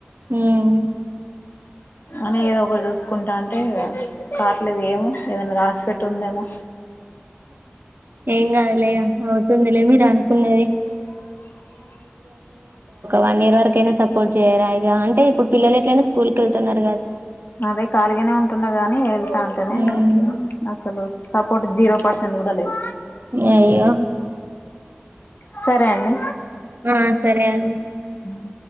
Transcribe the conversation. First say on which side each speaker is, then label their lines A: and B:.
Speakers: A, on the right; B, on the left.
A: ఉ హు
B: అని ఏదో ఒకటీ చూసుకుంటా అంటే కావట్లేదు ఏమో ఏదైనా రాసి పెట్టి ఉన్నదా
A: ఏం కాదులే అవుతుందిలే మీరు అనుకున్నవి వన్ ఇయర్ వరకైనా సపోర్ట్ చేయరా ఇగా అంటే ఇప్పుడు పిల్లలు ఎట్లైనా స్కూల్ కి వెళ్తున్నరు
B: అదే ఖాళిగానే ఉంటున్నా గాని వెళ్తా అంటేనే
A: ఉమ్.
B: అసలు స ఫ జీరో పర్సెంట్ కూడా లేవు
A: అయ్యో
B: సరే అండి
A: ఆ సరే అండి
B: హ్మ్